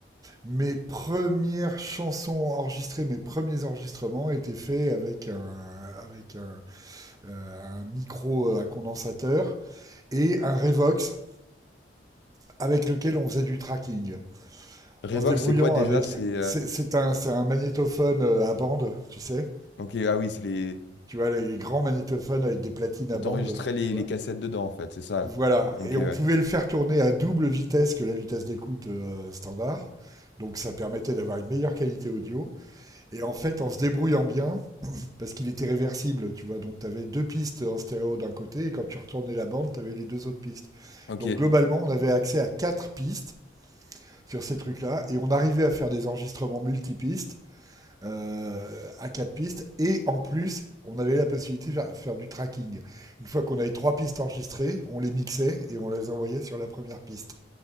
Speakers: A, on the right (about 20°); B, on the left (about 70°).
A: mes premières chansons enregistrées, mes premiers enregistrements étaient faits avec un, avec un, euh, un micro euh, à condensateur et un Revox avec lequel on faisait du tracking.
B: Revox,
A: En se débrouillant
B: c'est quoi déjà?
A: avec.
B: C'est euh,
A: C'est c'est un, c'est un magnétophone euh, à bande, tu sais.
B: ok, ah oui, c'est les
A: Tu vois, les grands magnétophones avec des platines à
B: et
A: bande,
B: t'enregistrais les,
A: tu vois.
B: les cassettes dedans en fait, c'est ça.
A: Voilà.
B: Ok,
A: Et
B: ouais.
A: on pouvait le faire tourner à double vitesse que la vitesse d'écoute euh, standard. Donc ça permettait d'avoir une meilleure qualité audio. Et en fait, en se débrouillant bien, parce qu'il était réversible, tu vois. Donc tu avais deux pistes en stéréo d'un côté, et quand tu retournais la bande, tu avais les deux autres pistes.
B: Ok.
A: Donc globalement, on avait accès à quatre pistes sur ces trucs-là. Et on arrivait à faire des enregistrements multipistes, euh, à quatre pistes. Et en plus, on avait la possibilité de faire, faire du tracking. Une fois qu'on avait trois pistes enregistrées, on les mixait et on les envoyait sur la première piste.